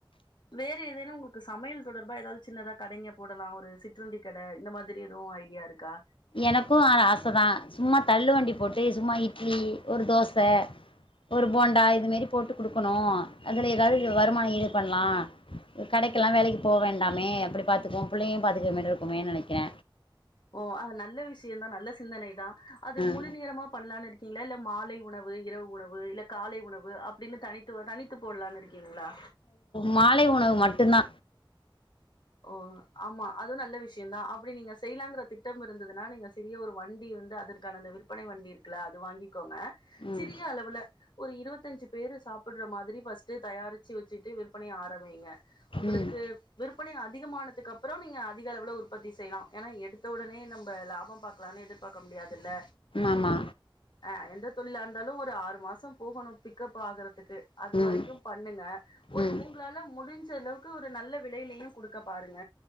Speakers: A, on the left; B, on the left.
A: வேற ஏதேனு உங்களுக்கு சமையல் தொடர்பா ஏதாது சின்னதா கடைங்க போடலா ஒரு சிற்றுண்டி கட இந்த மாதிரி எது ஐடியா இருக்கா
B: எனக்கோ ஆச தா சும்மா தள்ளு வண்டி போட்டு சும்மா இட்லி ஒரு தோச ஒரு போண்டா இது மேரி போட்டு குடுக்கணோ அதுல ஏதாது வருமான இது பண்ணலா கடைக்கெல்லா வேலைக்கு போ வேண்டாமே அப்படி பாத்துக்குவோ பிள்ளையு பாத்துக்க மாரி இருக்குமே அப்படி நினைகிற
A: ஓ அ நல்ல விஷய தா நல்ல சிந்தனைதா அது
B: ம்
A: முழு நேரமா பண்ணலான்னு இருக்கீங்களா இல்ல மாலை உணவு இரவு உணவு இல்ல காலை உணவு அப்டீனு தனித்து தனித்து போடலானு இருக்கீங்களா
B: மாலை உணவு மட்டுந் தா
A: ஓ ஆமா அது நல்ல விஷய தா அப்படி நீங்க செய்யலாங்கற திட்டம் இருந்ததுனா நீங்க சிறிய ஒரு வண்டி வந்து அதற்கான அந்த விற்பனை வண்டி இருக்குல அது வாங்கி கோங்க
B: ம்
A: சிறிய அளவுல ஒரு இருபத்தஞ்சு பேர் சாப்பிட்ற மாதிரி ஃபர்ஸ்ட்டு தயாரிச்சு வெச்சுட்டு விற்பனை ஆரம்பிங்க உங்களுக்கு
B: ம்
A: விருப் விற்பனை அதிகமானத்துக்கப்பறோ நீங்க அதிக அளவுல உற்பத்தி செய்யலா ஏன்னா எடுத்த ஒடனே நம்ப லாப பாக்கலான்னு எதிர்பார்க்க முடியாதுல்ல
B: ஆமா
A: அ எந்த தொழிலா இருந்தாலு ஒரு ஆறு மாசோ போகணோ பிக் அப் ஆகற துக்கு அது
B: ம்
A: வரைக்கும் பண்ணுங்க ஒரு
B: ம்
A: உங்களால முடிஞ்ச அளவுக் கு ஒரு நல்ல விலைலயு குடுக்க பாருங்க